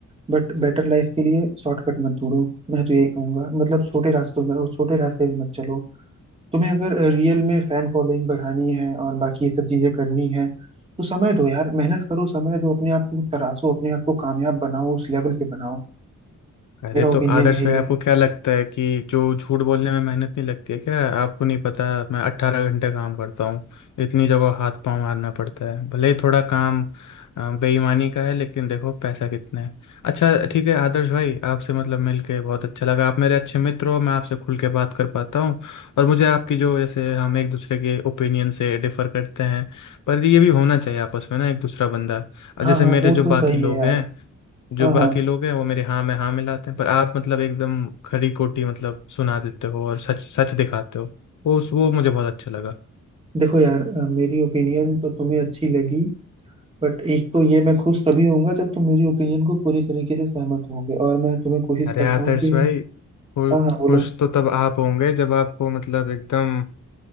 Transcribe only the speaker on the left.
अरे
तो
आदर्श
भाई
आपको क्या लगता है कि जो झूठ बोलने में मेहनत नहीं लगती है क्या आपको नहीं पता मैं अट्ठारह घंटे काम करता हूँ इतनी जगह हाथ पांव मारना पड़ता है भले ही थोड़ा काम अ, बेईमानी का है लेकिन देखो पैसा कितना है अच्छा ठीक है आदर्श भाई आपसे मतलब मिलके बहुत अच्छा लगा आप मेरे अच्छे मित्र हो मैं आपसे खुल के बात कर पाता हूँ और मुझे आपकी जो जैसे हम एक दूसरे के ओपिनियन से डिफर करते हैं पर ये भी होना चाहिए आपस में ना एक दूसरा बंदा और
जैसे
मेरे
जो
बाकी लोग
हैं जो
बाकी
लोग हैं वो मेरे हाँ में हाँ मिलाते हैं पर आप मतलब एकदम खरी खोटी मतलब सुना देते हो और सच सच दिखाते हो वो वो मुझे बहुत अच्छा लगा
अरे
आदर्श
भाई खु,
खुश तो तब आप होंगे जब आपको मतलब एकदम